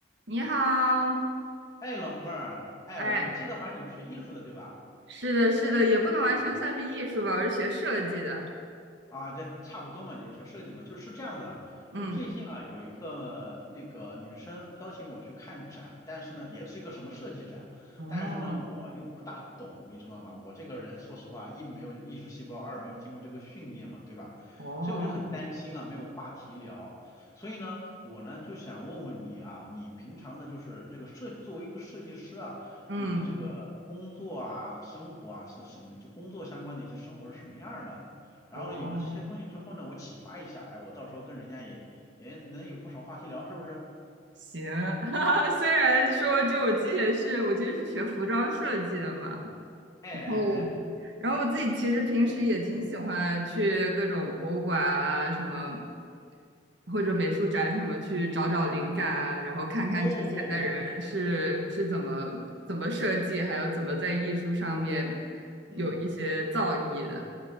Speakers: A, on the right; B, on the left.
A: 你好，
B: 哎，老妹儿，哎，
A: 哎，
B: 我记得好像你是学艺术的，对吧？
A: 是的，是的，也不能完全算是艺术吧，我是学设计的，
B: 啊，这差不多嘛，就是学设计的嘛，就是是这样子啊，
A: 嗯，
B: 就是最近啊有一个那个女生邀请我去看展，但是呢也是一个什么设计展，
A: 哦
B: 但是呢我又不大懂，你知道吗？我这个人说实话，一没有艺术细胞，二没有经过这个训练嘛，对吧？
A: 哦
B: 所以我就很担心啊，没有话题聊，所以呢我呢就想问问你啊，你平常的就是这个设作为一个设计师啊，
A: 嗯
B: 你的这个工作啊、生活啊是什么？就工作相关的一些生活是什么样儿的？然后呢，
A: 哦，
B: 有了这些东西之后呢，我启发一下，哎，我到时候跟人家也也能有不少话题聊，是不是？
A: 行，<laughs> 哈哈，虽然说就我之前是我其实是学服装设计的嘛，
B: 哎哎哎，
A: 然后然后我自己其实平时也挺喜欢去各种博物馆啊，什么或者美术展什么去找找灵感啊，然后看看之前的人是是怎么怎么设计，
B: 哦哦哦，
A: 还有怎么在艺术上面
B: 嗯，
A: 有一些造诣的。